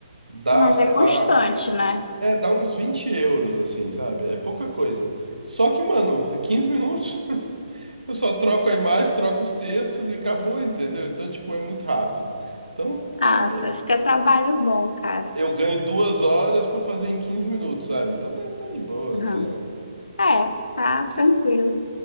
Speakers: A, on the right; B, on the left.
A: dá,
B: Mas
A: sei
B: é constante,
A: lá,
B: né?
A: é, dá uns 20 euros, assim, sabe? É pouca coisa. Só que, mano, 15 minutos. Eu só troco a imagem, troco os textos e acabou, entendeu? Então, tipo, é muito rápido. Então,
B: Ah,
A: é,
B: só isso que é trabalho bom, cara.
A: eu ganho duas horas pra fazer em 15 minutos, sabe? Então tá, tá de boa,
B: Uhum.
A: tá.
B: É, tá tranquilo.